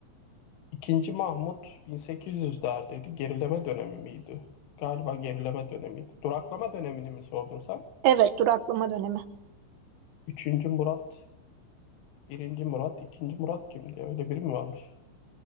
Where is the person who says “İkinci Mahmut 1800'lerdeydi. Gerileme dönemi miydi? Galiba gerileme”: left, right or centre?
Left